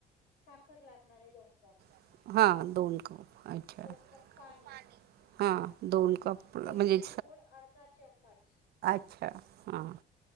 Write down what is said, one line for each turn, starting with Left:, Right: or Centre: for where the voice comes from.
Left: साखर लागणारे दोन कप
Right: <unintelligible>
Left: दोन कप पाणी वेलची
Right: म्हणजे
Left: पूड अर्धा चमच
Right: अ आ